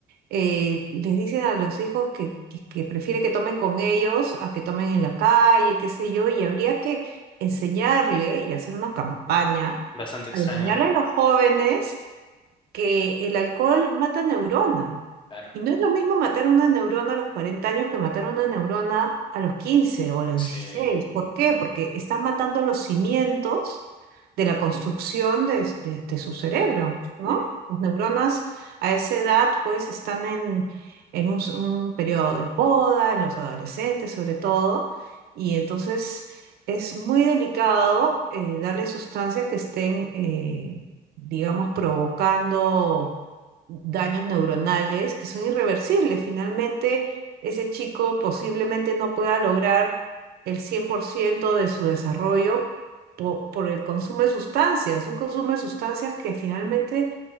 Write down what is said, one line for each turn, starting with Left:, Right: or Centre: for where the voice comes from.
Right: eh, les dicen a los hijos que, que, que prefiere que tomen con ellos a que tomen en la calle, qué sé yo, y habría que enseñarle y hacer una campaña
Left: bastante extraño,
Right: para enseñarle
Left: ¿no?
Right: a los jóvenes que el alcohol mata neurona.
Left: Claro.
Right: Y no es lo mismo matar una neurona a los 40 años que matar una neurona a los 15 o a los
Left: Sí.
Right: dieciséis ¿Por qué? Porque estás matando los cimientos de la construcción de, de- de su cerebro, ¿no?
Left: Mm.
Right: Las neuronas a esa edad pues están en, en un, s- un periodo de poda, en los adolescentes sobre todo, y entonces es muy delicado eh, darle sustancias que estén eh, digamos, provocando daños neuronales que son irreversibles. Finalmente, ese chico posiblemente no pueda lograr el 100% de su desarrollo po- por, el consumo de sustancias, un consumo de sustancias que finalmente